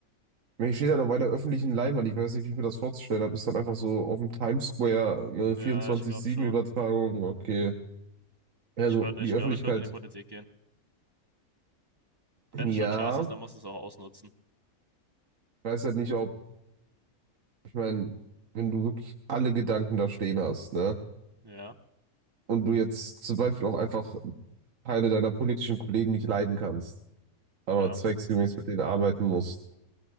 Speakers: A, on the right; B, on the right.
A: hier steht halt auf einer öffentlichen Leinwand. Ich weiß nicht, wie ich mir das vorzustellen habe. Ist halt einfach so auf dem Times Square eine
B: Ja,
A: 24-7-Übertragung.
B: ich glaube schon.
A: Okay. Also
B: Ich würde,
A: die
B: ich glaube,
A: Öffentlichkeit,
B: ich würde in die Politik gehen. Wenn
A: ja,
B: es schon scheiße ist,
A: ich
B: dann musst du es auch ausnutzen.
A: weiß halt nicht, ob, ich meine, wenn du wirklich alle Gedanken da stehen hast, ne?
B: Ja,
A: Und du jetzt zum Beispiel auch einfach Teile deiner politischen Kollegen nicht leiden kannst, aber
B: ja,
A: zwecksgemäß mit denen arbeiten musst